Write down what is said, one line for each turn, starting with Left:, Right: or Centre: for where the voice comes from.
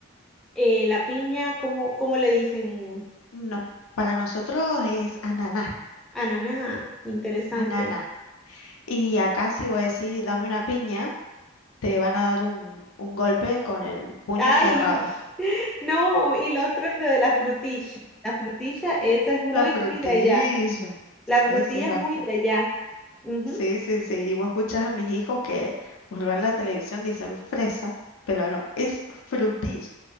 Centre: eh, la piña, ¿cómo, cómo le dicen?
Left: No, para nosotros es ananá,
Centre: Ananá, interesante.
Left: ananá. Y acá si vos decís, dame una piña, te van a dar un, un golpe con el puño
Centre: Ay,
Left: cerrado.
Centre: <laughs> no, y lo otro es lo de la frutilla. La frutilla, eso es muy,
Left: La frutilla.
Centre: muy de allá.
Left: Sí,
Centre: La frutilla
Left: sí, la
Centre: es muy
Left: fruta.
Centre: de allá. Ujú,
Left: Sí, sí, sí. Y vos escuchás a mis hijos que por ver la televisión dicen fresa, pero no, es frutilla.